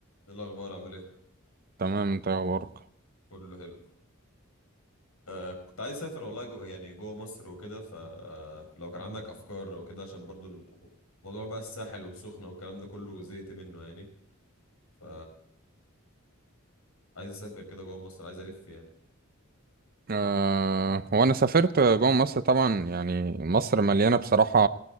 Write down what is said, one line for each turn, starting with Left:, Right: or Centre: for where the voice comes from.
Left: ايه الاخبار عامل ايه
Right: تمام انت إيه اخبارك
Left: كله حلو آه كنت عايز اسافر والله جو يعني جوه مصر وكده فلو كان عندك افكار او كده عشان برضو الموضوع بقى الساحل والسخنه والكلام ده كله زهقت منه يعني ف عايز اسافر كده جوه مصر عايز الف يعني
Right: أه هو انا سافرت جوه مصر طبعا يعني مصر مليانه بصراحه